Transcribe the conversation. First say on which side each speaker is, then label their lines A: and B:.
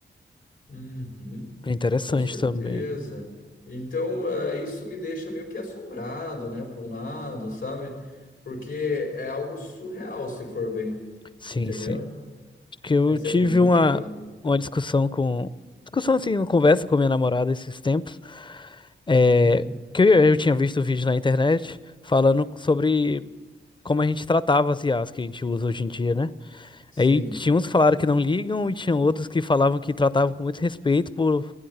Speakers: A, on the left; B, on the left.
A: Uhum,
B: É Interessante
A: com certeza.
B: também.
A: Então, é, isso me deixa meio que assombrado, né, por um lado, sabe? Porque é algo surreal se for ver,
B: Sim,
A: entendeu?
B: sim. que eu
A: Mas
B: tive
A: é muito
B: uma,
A: legal.
B: uma discussão com. Discussão assim, uma conversa com minha namorada esses tempos. é,
A: Hum,
B: que eu, eu tinha visto o vídeo na internet falando sobre como a gente tratava as IAs que a gente usa hoje em dia, né?
A: sim.
B: Aí tinha uns que falaram que não ligam e tinha outros que falavam que tratavam com muito respeito por...